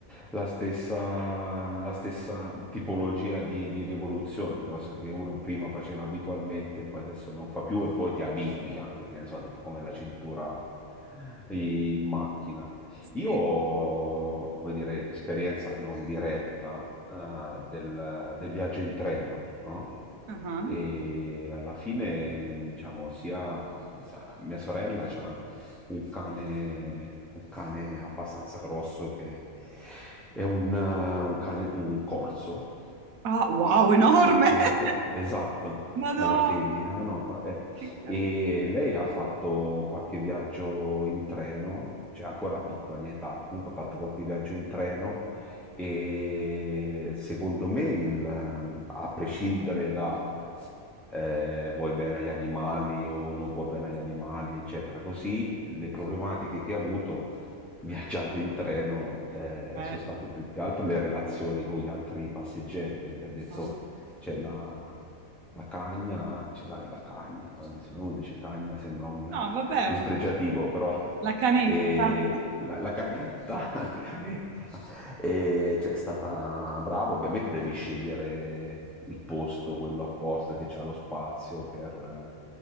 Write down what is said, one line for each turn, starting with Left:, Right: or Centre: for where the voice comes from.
Centre: la stessa, la stessa tipologia di, di rivoluzione, cosa che uno prima faceva abitualmente, e poi adesso non fa più e poi ti abitui anche, che ne so, tipo come la cintura in macchina. Io
Right: Sì.
Centre: ho, come dire, esperienza non diretta, eh, del, del viaggio in treno, no?
Right: Ah,
Centre: E alla fine, diciamo, sia sa- mia sorella ha un cane, un cane abbastanza grosso che è un, eh, un cane, un corso,
Right: Ah, wow, enorme!
Centre: una
Right: <laughs>
Centre: fe- esatto,
Right: Madonna,
Centre: è una femmina, no? Co- eh.
Right: che carino.
Centre: E lei ha fatto qualche viaggio in treno, cioè ancora piccola di età, comunque ha fatto qualche viaggio in treno e secondo me, il- a prescindere da eh, vuoi bene agli animali o non vuoi bene agli animali, eccetera, così le problematiche che ha avuto viaggiando in treno eh,
Right: Eh,
Centre: sono state più che altro le relazioni con gli altri passeggeri, perché ha detto
Right: ah.
Centre: c'è la, la cagna, c'è la, la cagna, adesso uno dice cagna, sembra un
Right: No, vabbè,
Centre: dispregiativo, però
Right: la canetta.
Centre: e la, la canetta, <laughs> la canetta e, cioè, è stata brava, ovviamente devi scegliere il posto, quello apposta che ha lo spazio per,